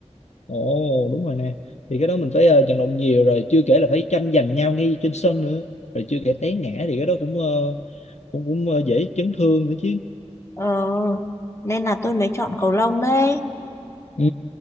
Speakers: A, on the left; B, on the left.
A: Ồ đúng rồi nè Thì cái đó mình phải ờ, vận động nhiều rồi Chưa kể là phải tranh giành nhau ngay trên sân nữa Rồi chưa kể té ngã thì cái đó cũng ờ, cũng cũng ờ, dễ chấn thương nữa chứ
B: Ờ, nên là tôi mới chọn cầu lông đấy.
A: Ừ